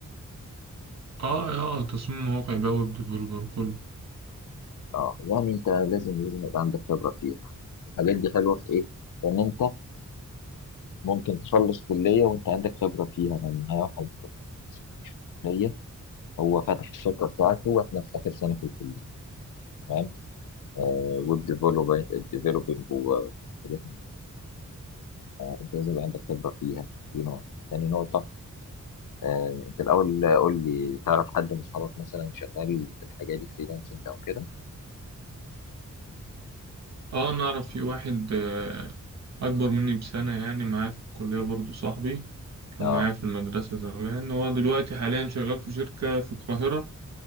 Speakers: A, on the right; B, on the left.
A: اه اه تصميم مواقع بقى ويب ديفلوبر كله
B: اه يعني انت لازم لازم يبقى عندك خبره فيها الحاجات دي حلوه في ايه ان انت ممكن تخلص كليه وانت عندك خبره فيها يعني انا معايا واحد في الكليه هو فاتح الشركه بتاعته واحنا في اخر سنه في الكليه فاهم آه ويب ديفلوبينج ديفلوبينج وحاجات انت لازم يبقى عندك خبره فيها دي نقطه تاني نقطه آه، انت الاول قول لي تعرف حد من اصحابك مثلا شغال في الحاجه دي فريلانسنج او كده
A: اه انا اعرف في واحد آه، اكبر مني بسنة يعني معايا في الكلية برضو صاحبي كان
B: اه
A: معايا في المدرسة زمان هو دلوقتي حاليا شغال في شركة في القاهرة